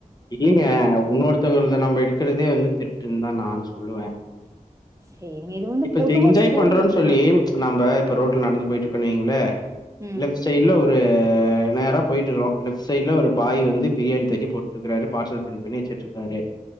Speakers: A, on the left (about 30°); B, on the right (about 20°).
A: இல்லங்க இன்னொருத்தவங்களது நம்ப எடுக்கிறதே வந்து திருட்டுன்னுதா நா <unintelligible> சொல்லுவே
B: சேரிங்க இது வந்து
A: இப்ப
B: பொதுவா
A: ஜெய் என்ஜாய்
B: ஸ்கூல்ல
A: பண்றோம்ன்னு சொல்லி
B: ஆ
A: நாம்ப இப்ப ரோட்ல நடந்து போயிட்ருக்கோன்னு வைங்களே
B: ம்
A: லெஃப்ட் சைட்ல ஒரு இது நேரா போயிட்ருக்றோ லெஃப்ட் சைட்ல ஒரு பாய் வந்து பிரியாணி தட்டி போட் இருக்குராரு பார்சல் பண்ணி பண்ணி வச்சிட்டு இருக்காரு